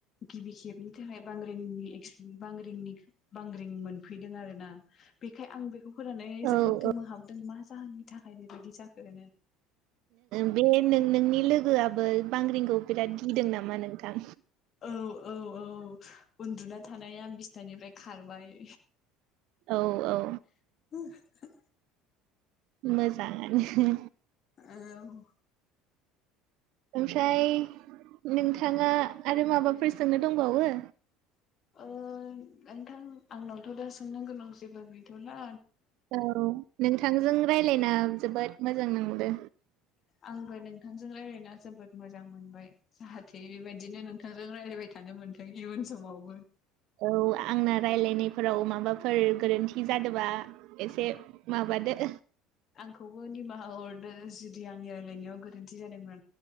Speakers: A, on the left; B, on the right.
A: गिबि खेबनि थाखाय बांग्रिंनि एकस बांग्रिंनि बांग्रिं मोनफैदों आरोना बेखाय आं बेखौ होनानै जोबोद
B: औ औ
A: गोमोहाबदों मा जाहोननि थाखाय बेबायदि जाखो
B: बे नों नोंनि लोगोआबो बांग्रिंखौ बिराद गिदों नामा नोंथां?
A: औ औ औ उन्दुना थानाया बिसनानिफ्राय खारबाय‌
B: औ औ
A: <inaudible>
B: मोजाङानो।
A: औ
B: ओमफ्राय नोंथाङा आरो माबाफोरजोंनो दंबावो?
A: ओ नोंथां आंनावथ' दा सोंनो गोनां जेबो गैथ'ला।
B: औ नोंथांजों रायज्लायना जोबोद मोजां नांदों।
A: आंबो नोंथांजों रायज्लायना जोबोद मोजां मोनबाय जाहाथे बेबायदिनो नोंथांजों रायलाय फैबाय थानो मोनथों इयुन समावबो
B: औ आंना रायलायनायफोराव माबाफोर गोरोन्थि जादोंबा एसे माबा बादो
A: आंखौबो निमाहा हरदो जुदि आंनि रायज्लायनायाव गोरोन्थि जादोंबा